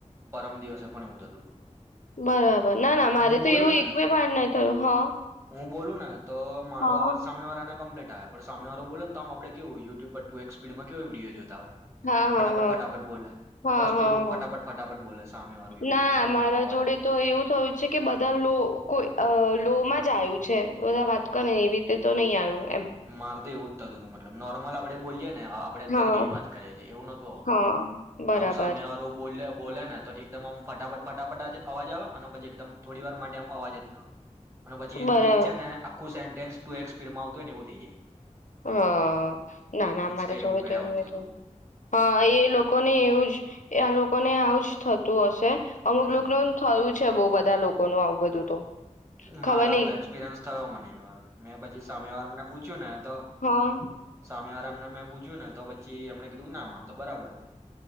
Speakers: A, on the right (about 20°); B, on the left (about 75°).
A: પરમ દિવસે પણ એવું થતું હતું
B: બરાબર ના
A: કા
B: ના મારે
A: હું
B: તો
A: બોલું
B: એવું
A: ને
B: એક બે વાડ નાહી થયું હા
A: હું બોુ ના તો મારો
B: હા
A: અવાજ સામેવારને કમ્પ્લીટ પણ સામે વાળ બો તો આ આપણે કેવુંયુટ્યુબ પર ટુ એક્ સ્પડમાં કેો વિડીયો જોતા હોય
B: હા હા
A: ફટાફટ
B: હા
A: ફટાફટ બોલે
B: હા
A: બસ તો
B: હા
A: એવું
B: હા
A: ફટાફટ ફટાફટ બોલે સામે વાળું એવું
B: ના
A: એવું
B: મારા
A: મારામાં અવાજ
B: જોડે
A: આવતો
B: તો એવું થયું છે કે બધા લો કો લો માં આવયું છે બધા વાત કર ને એવી તો નહીં આવ્યું એમ
A: માર તો એવું જ થતું તું મતલબ નોર્મલ બડ બોલીને આપડે અત્યારે
B: હા
A: કેવી વાત કરીએ છીએ એવું નતું આવતું
B: હા બરાબર
A: આમ સામેું બોલે બોલે ને તો એકદમ આમ ફટાફટ ફટાફટ જ અવાજ આવે અને પછી એકદમ થોડી વાર માટે આમ અવાજ જ ના આવે અને પછી
B: બરાબર
A: એનું એજ છે ને આુ સ ટુ એક સ્પીડમાં આવું જ
B: હ ના ના મારા
A: કે
B: જોડે
A: કઈ
B: તો એવું
A: આવતું હતું
B: હ એ લોકો ને એવું જ ને આવુંજ થતું હશે અમુક
A: હમ
B: લો ન થયું છે બહ બધા લોકો ન આવું બધું તો
A: મારા
B: ખબર નહિ
A: આવું એક્સપિરિયન્સ થયો મને એક વાર મેં પછી સાય વાર મને પૂછ્યું ને તો
B: હા
A: સામે આરામ ના મે પૂછ્યું ને તો પછી એમણે કીધું નામાં તો બરાબર છે